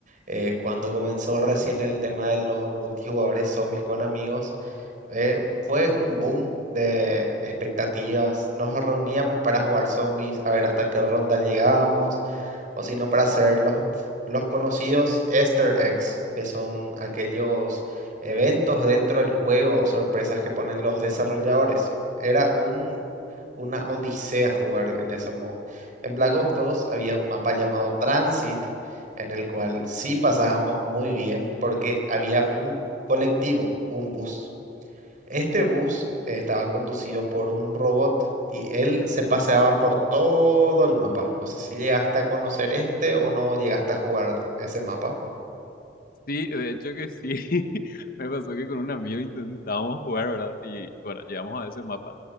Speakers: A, on the right (about 45°); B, on the left (about 55°).
A: eh, cuando comenzó recién el tema de los multijugadores zombies con amigos, Eh, fue un boom de expectativas. Nos reuníamos para jugar zombies, a ver hasta qué ronda llegábamos, o si no, para hacer los, los conocidos Easter eggs, que son aquellos eventos dentro del juego o sorpresas que ponen los desarrolladores. Era un, una odisea jugar en ese modo. En Black Ops 2 había un mapa llamado Transit, en el cual sí pasábamos muy bien porque había un colectivo, un bus este bus estaba conducido por un robot y él se paseaba por todo el mapa. No sé si llegaste a conocer este o no llegaste a jugar ese mapa.
B: Sí, de hecho que sí. <laughs> Me pasó que con un amigo intentamos jugar, ¿verdad? Y bueno, llegamos a ese mapa.